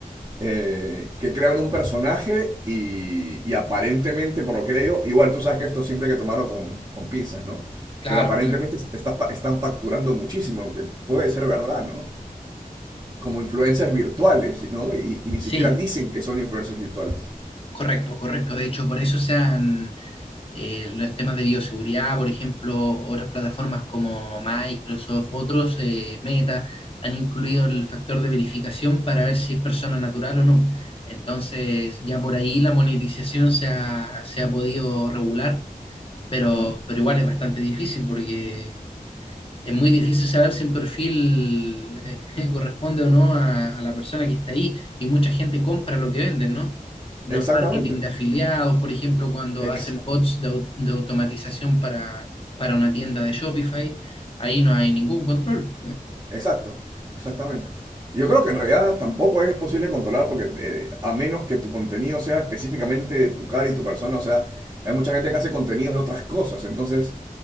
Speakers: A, on the right; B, on the left.
A: Eh, que crean un personaje y, y aparentemente, por lo que he leído, igual tú sabes que esto siempre hay que tomarlo con, con pinzas, ¿no?
B: Claro,
A: Pero aparentemente
B: claro.
A: es- está fa- están facturando muchísimo, aunque puede ser verdad, ¿no? Como influencias virtuales, ¿no? Y, y ni
B: Sí,
A: siquiera dicen que son influencias virtuales.
B: correcto, correcto. De hecho, por eso se han eh, los temas de bioseguridad, por ejemplo, otras plataformas como Microsoft, otros, eh, Meta, han incluido el factor de verificación para ver si es persona natural o no. Entonces, ya por ahí la monetización se ha, se ha podido regular, pero,
A: Ajá.
B: pero igual es bastante difícil porque es muy difícil saber si un perfil eh, <laughs> corresponde o no a, a la persona que está ahí y mucha gente compra lo que venden, ¿no? los
A: Exactamente.
B: marketing de afiliados, por ejemplo, cuando
A: Exacto.
B: hacen bots de, au- de automatización para, para una tienda de Shopify, ahí no hay ningún control.
A: Exacto, exactamente. Y Yo creo que en realidad tampoco es posible controlar porque eh, a menos que tu contenido sea específicamente de tu cara y tu persona, o sea, hay mucha gente que hace contenidos de otras cosas, entonces